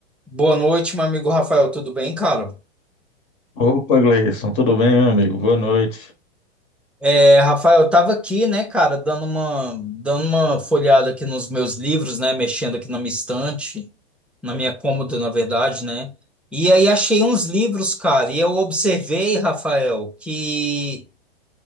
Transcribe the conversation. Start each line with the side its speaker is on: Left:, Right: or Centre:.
Centre: Boa noite, meu amigo Rafael, tudo bem, cara?
Left: Opa, Gleison, tudo bem, meu amigo? Boa noite.
Centre: É, Rafael, eu tava aqui, né, cara, dando uma, dando uma folhada aqui nos meus livros, né, mexendo aqui na minha estante, na minha cômoda, na verdade, né? E aí achei uns livros, cara, e eu observei, Rafael, que,